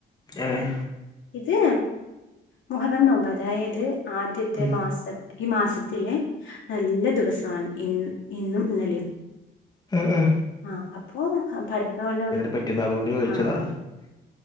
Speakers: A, on the left (about 20°); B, on the left (about 75°).
A: ഏഹ്.
B: ഇത് മുഹറം നോമ്പ്. അതായത് ആദ്യത്തെ
A: ഉം.
B: മാസ ഈ മാസത്തിലെ നല്ല ദിവസാണ് ഇ ഇന്നും ഇന്നലെയും.
A: ആഹ് ആഹ്.
B: ആഹ് അപ്പോ ഭർത്താവിനോട്
A: പറ്റിയൊന്നും അതുകൊണ്ട് ചോദിച്ചതാ
B: ആഹ്